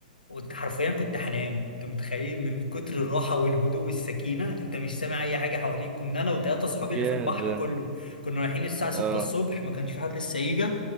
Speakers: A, on the left; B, on the right.
A: وانت حرفيا كنت هنام انت متخيل من كتر الراحه والهدوء والسكينه انت مش سامع اي حاجه حواليك كنا انا وثلاثه اصحابي
B: جامد
A: اللي في البحر
B: ده
A: كله كنا رايحين الساعه 6
B: اه
A: الصبح ما كانش في حد لسه يجي